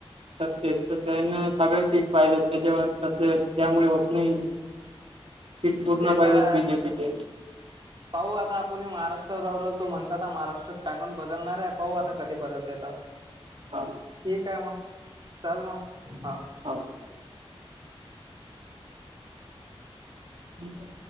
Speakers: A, on the right; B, on the right.
A: सत्तेत तर त्यांना सगळे सीट पाहिजेत, त्यांच्यामुळे तसं त्यामुळे होत नाही. सीट पूर्ण
B: ते
A: पाहिजेत
B: तर
A: बीजेपी
B: असंच
A: चे.
B: पाहू आता, आपण महाराष्ट्रात राहू रहाल तुम्ही म्हणतात ना, महाराष्ट्रात कानून बदलणार आहे पाहू आता कधी बदलते ते.
A: हा
B: ठीक आहे मग, चल मग हा.
A: हां. <inaudible>